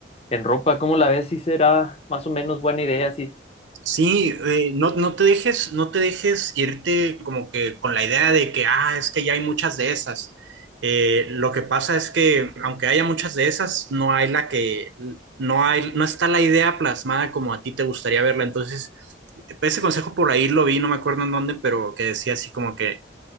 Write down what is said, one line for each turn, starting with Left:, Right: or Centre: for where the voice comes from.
Left: en ropa. ¿Cómo la ves? Sí será más o menos buena idea, sí.
Right: Sí, eh, no, no te dejes, no te dejes irte como que con la idea de que, ah, es que ya hay muchas de esas. Eh, lo que pasa es que aunque haya muchas de esas, no hay la que, no hay, no está la idea plasmada como a ti te gustaría verla. Entonces, ese consejo por ahí lo vi, no me acuerdo en dónde, pero que decía así como que